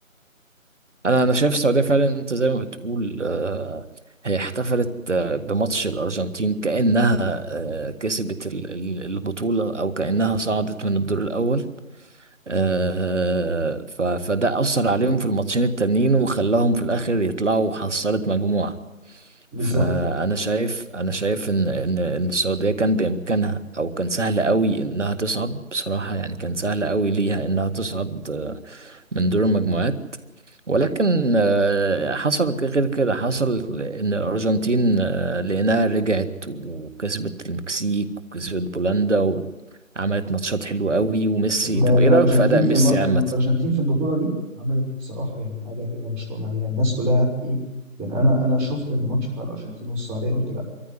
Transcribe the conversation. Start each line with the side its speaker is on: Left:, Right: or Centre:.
Right: انا انا شايف السعوديه فعلا انت زي ما بتقول آه، هي احتفلت آه، بماتش الارجنتين كانها آه، كسبت ال- ال- البطوله او كانها صعدت من الدور الاول آه، ف- فده اثر عليهم في الماتشين التانيين وخلاهم في الاخر يطلعوا حصلت مجموعه
Centre: بالظبط
Right: فانا شايف انا شايف ان ان ان السعوديه كان بامكانها او كان سهل قوي انها تصعد بصراحه يعني كان سهل قوي ليها انها تصعد آه، من دور المجموعات ولكن آه، حصل غير كده حصل ان الارجنتين آه، لانها رجعت وكسبت المكسيك وكسبت بولندا وعملت ماتشات حلوة قوي وميسي
Centre: الم-
Right: طب
Centre: الارجنتين
Right: ايه رايك في اداء
Centre: في,
Right: ميسي
Centre: الم... في
Right: عامة
Centre: الم- الارجنتين في البطوله دي عملت بصراحه يعني حاجه كده مش طبيعيه الناس كلها ايه يعني انا انا شفت الماتش بتاع الارجنتين والسعوديه قلت